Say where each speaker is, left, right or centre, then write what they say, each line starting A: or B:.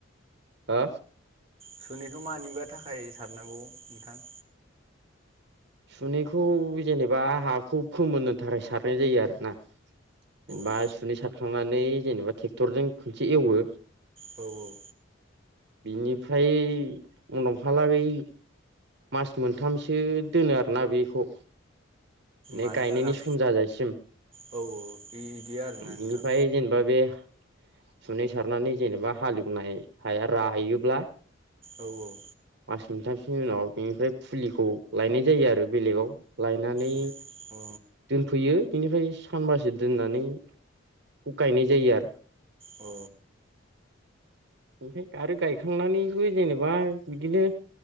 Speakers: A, on the right; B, on the right.
A: हो
B: सुनैखौ मानिबा थाखाय सारनांगौ नोंथां।
A: सुनैखौ जेनेबा हाखौ फोमोननो थाखाय सारनाय जायो आरोना। जेनबा
B: अ
A: सुनै सारखांनानै जेनबा ट्रेक्टरजों खनसे एवो।
B: औ औ
A: बिनिफ्राय उनावहालागै मास मोनथामसो दोनो आरोना बेखौ माने
B: मानि
A: गायनायनि
B: थाखाय
A: सम जाजासिम
B: औ औ इदि आरोना
A: बिनिफ्राय
B: नोंथां
A: जेनेबा बे सुनै सारनानै जेनेबा हालेवनाय हाया राहैयोब्ला
B: औ औ
A: मास मोनथामसोनि उनाव बेनिफ्राय फुलिखौ लायनाय जायो आरो बेलेगाव लायनानै
B: अ अ
A: दोनफैयो बिनिफ्राय सानबासो दोननानै बेखौ गायनाय जायो आरो
B: अ
A: ओमफ्राय आरो गायखांनानैबो जेनेबा बिदिनो